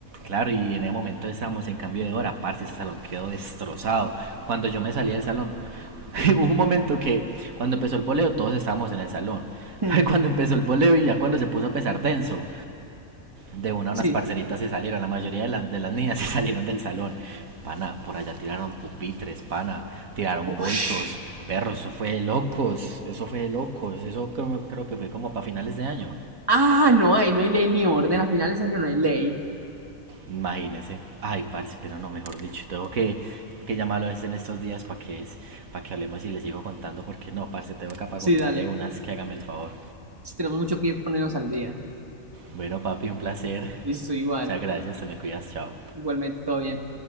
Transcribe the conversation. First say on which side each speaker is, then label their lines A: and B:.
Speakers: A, on the right (about 80°); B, on the right (about 15°).
A: Claro, y en ese momento estábamos en cambio de hora, parce. Ese salón quedó destrozado. Cuando yo me salí del salón, <laughs> hubo un momento que cuando empezó el voleo todos estábamos en el salón. <laughs>
B: Mm.
A: Cuando empezó el voleo y ya cuando se puso a pesar denso, de una unas
B: Sí.
A: parceritas se salieron, la mayoría de, las de las niñas <laughs> se salieron del salón. Pana, por allá tiraron pupitres, pana, tiraron
B: Ush.
A: bolsos, perros, eso fue de locos, eso fue de locos, eso creo, creo que fue como para finales de año.
B: Ah, no, ahí no hay ley ni orden. A finales de año no hay ley.
A: Imagínese. Ay, parce, pero no, mejor dicho, tengo que, que llamarlo es en estos días para que, es, para que hablemos y les sigo contando, porque no, parce, tengo acá para
B: Sí,
A: contarle
B: dale.
A: unas que hágame el favor.
B: Sí, Tenemos mucho que ponernos al día.
A: Bueno, papi, un placer.
B: Listo, igual.
A: Muchas gracias, te me cuidas, chao.
B: Igualmente, todo bien.